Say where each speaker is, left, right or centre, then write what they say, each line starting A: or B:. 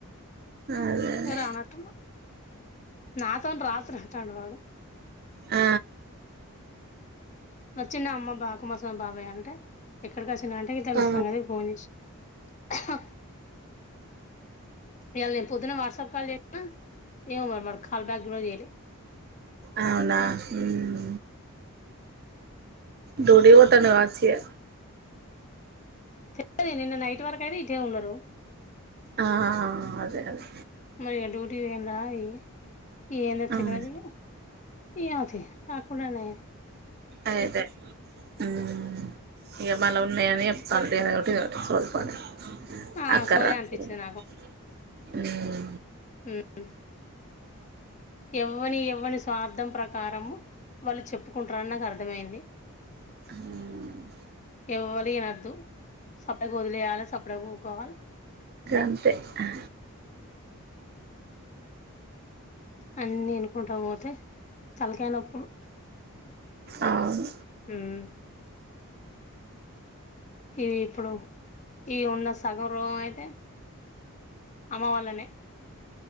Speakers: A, on the right; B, on the left.
A: అదే అదే
B: ఇగ రానట్టుండు. నాతోన్ రాత్ర అంటాడు వాడు
A: ఆ
B: వచ్చిన్డా అమ్మ బా కుమర్సామ్ బాబాయ్యాంటే ఎక్కడికి వచ్ చ్చిరంటే <unintelligible> తెళ్ల
A: ఆ
B: సంగతే ఫోన్ చేస్నా ఇయాల నేను పొద్దున వాట్స్అప్ కాల్ చేసిన. ఏమో వాడ్ కాల్ బ్యాక్ గూడా చెయ్లే
A: అవునా ఉమ్ డ్యూటీకి ఓతండు గావచ్చు. ఇగ
B: చెప్తాది నిన్న నైట్ వరకు అయినా ఇటుే ఉన్నారు.
A: ఆ అదే అదే
B: మరి ఇగ డ్యూటీక్ పోయిరా. ఇగ్ ఏందో
A: ఉమ్,
B: తెలవది. ఇయ్యోంతి రాకుంటమయే
A: అయిపే ఉమ్ ఇగ మనం ఉన్నాయాని చెప్తాళ్ళు లేదంటే సోల్పనే
B: ఆ
A: అక్కర
B: సోదే
A: <inaudible>
B: అనిపించింది
A: ఉమ్
B: ఉహ్ హు ఎవ్వని ఎవ్వని స్వార్థం ప్రకారము, వాళ్ళు చెప్పుకుంటార నాకు అర్థమైంది.
A: ఉహ్
B: ఎవ్వలి ఈనద్దు. సప్డేక్ వదిలేయాల, సప్డేక ఊకోవాల.
A: అంతే ఆ
B: అన్ని ఇనుకుంటా పోతే తలకాయ్ నొప్పులు.
A: అవున్
B: ఉమ్ ఇవి ఇప్పుడు ఇగో ఉన్న సగం రూమ్ అయితే అమ వాళ్లనే